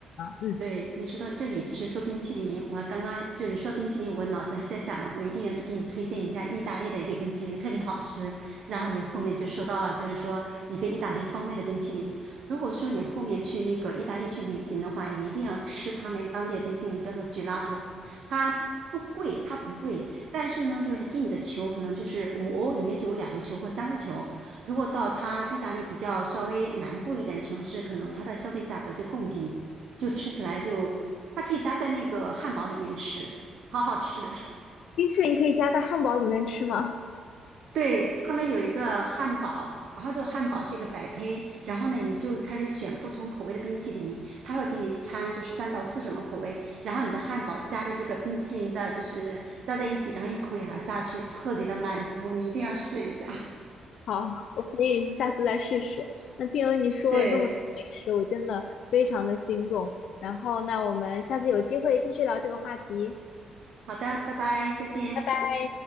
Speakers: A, on the left (about 75°); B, on the right (about 65°).
A: 嗯，
B: 对你说到这里，就是说冰淇淋，我刚刚就你说冰淇淋，我脑子还在想着，我一定要给你推荐一下意大利的一个冰淇淋，特别好吃。然后你后面就说到了，就是说一个意大利风味的冰淇淋。如果说你后面去那个意大利去旅行的话，你一定要吃他们当地的冰淇淋，叫做 gelato，它不贵，它不贵，但是呢，就是给你的球可能就是五欧，里面就有两个球或三个球。如果到它意大利比较稍微南部一点城市，可能它的消费价格就更低。就吃起来就它可以加在那个汉堡里面吃，好好吃。<laughs>
A: 冰淇淋可以加在汉堡里面吃吗？
B: 对，他们有一个汉堡，然后这个汉堡是一个百胚，然后呢，你就开始选不同口味的冰淇淋，他会给你掺就是三到四种的口味，然后你的汉堡夹着这个冰淇淋的，就是加在一起，然后一口咬下去，特别的满足，你一定要试一下。<laughs>
A: 好，我可以下次再试试。那听了你说了这么多美食，
B: 对，
A: 我真的非常的心动。然后，那我们下次有机会继续聊这个话题。
B: 好的，拜拜，再见。
A: 拜。